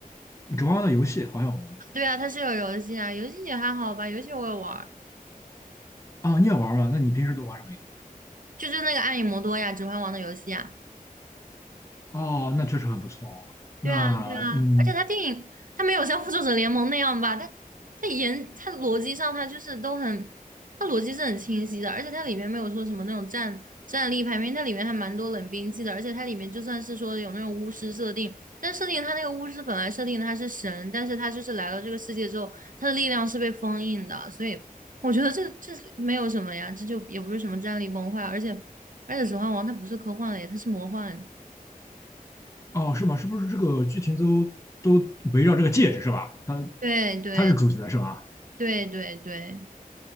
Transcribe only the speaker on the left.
《指环王》的游戏好像我玩过
啊，你也玩吗？那你平时都玩什么游戏？
哦，那确实很不错哦。
那嗯，
哦，是吗？是不是这个剧情都都围绕这个戒指是吧？它
它是主角是吧？